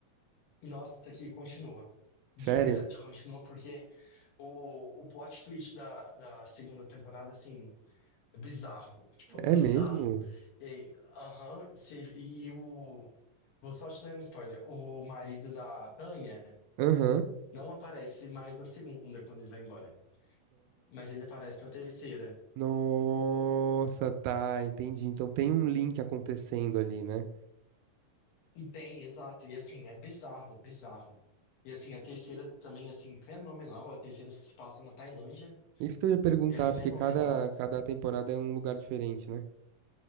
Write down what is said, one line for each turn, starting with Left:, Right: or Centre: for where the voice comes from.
Left: Nossa, que continua. De
Right: Sério?
Left: verdade, continua porque o, o plot twist da, da segunda temporada, assim, é bizarro. Tipo, bizarro.
Right: É mesmo?
Left: E, aham, cê- e o. Vou só te dar um spoiler. O marido da Tânia
Right: Aham.
Left: não aparece mais na segunda quando ele vai embora. Mas ele aparece na terceira.
Right: Nossa, tá, entendi. Então tem um link acontecendo ali, né?
Left: E tem, exato. E assim, é bizarro, bizarro. E assim, a terceira também, assim, fenomenal. A terceira se passa na Tailândia.
Right: Isso que eu ia perguntar,
Left: É fenomenal.
Right: porque cada, cada temporada é um lugar diferente, né?